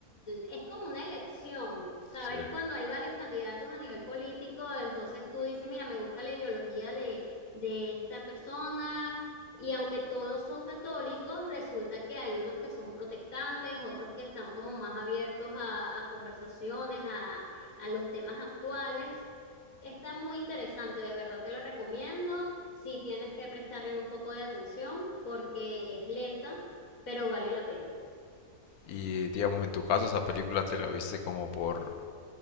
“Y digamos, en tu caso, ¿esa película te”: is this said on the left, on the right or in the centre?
Left